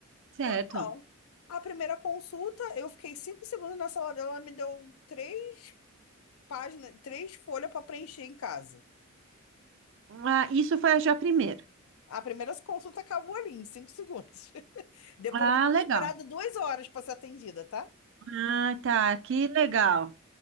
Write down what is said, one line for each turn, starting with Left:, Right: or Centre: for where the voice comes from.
Right: certo.
Left: Então, a primeira consulta, eu fiquei cinco segundos na sala dela, ela me deu três páginas, três folhas para preencher em casa.
Right: Ah, isso foi já primeiro.
Left: A primeira consulta acabou ali, em cinco segundos. <laughs> Depois
Right: Ah,
Left: de ter
Right: legal.
Left: esperado duas horas para ser atendida, tá?
Right: Ah, tá. Que legal.